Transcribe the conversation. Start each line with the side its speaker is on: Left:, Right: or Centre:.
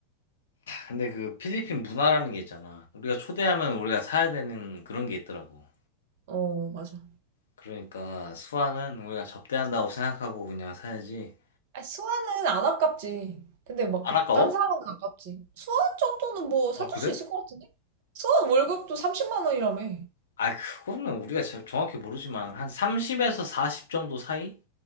Left: 근데 그 필리핀 문화라는 게 있잖아. 우리가 초대하면 우리가 사야 되는 그런 게 있더라고.
Right: 어, 맞아.
Left: 그러니까 수아는 우리가 접대한다고 생각하고 그냥 사야지.
Right: 아, 수원은 안 아깝지. 근데 막
Left: 안
Right: 그
Left: 아까워?
Right: 딴 사람은 아깝지. 수원 정도는 뭐 사줄
Left: 아, 그래?
Right: 수 있을 것 같은데? 수원 월급도 30만 원이라며.
Left: 아, 그거는 우리가 저- 정확히 모르지만 한 30에서 40 정도 사이?